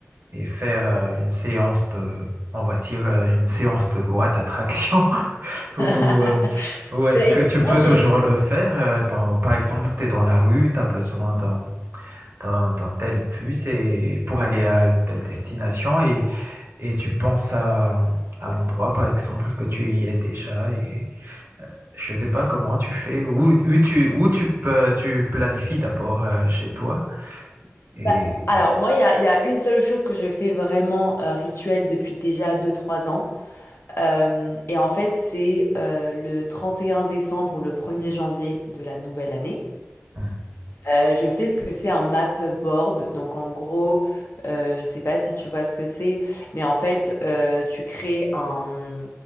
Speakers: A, on the right (about 50°); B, on the left (about 55°).
A: et faire euh, une séance de, on va dire euh, une séance de loi d'attraction <laughs> ou
B: <laughs>
A: euh, ou est-ce
B: Ben,
A: que
B: écoute,
A: tu
B: moi
A: peux
B: j'ai.
A: toujours le faire? euh, dans- par exemple, tu es dans la rue, tu as besoin d'un dans, dans telle puce et pour aller à une telle destination et, et tu penses à, à l'endroit, par exemple, que tu y es déjà et euh, je ne sais pas comment tu fais, où, où tu, où tu, peux- tu planifies d'abord euh, chez toi et...
B: bah, alors, moi, il y a, il y a une seule chose que je fais vraiment euh, rituel depuis déjà deux trois ans. Euh, et en fait, c'est euh, le 31 décembre ou le premier janvier de la nouvelle année.
A: Mhm,
B: Euh, je fais ce que c'est un map board. Donc en gros, euh, je sais pas si tu vois ce que c'est, mais en fait, euh, tu crées un...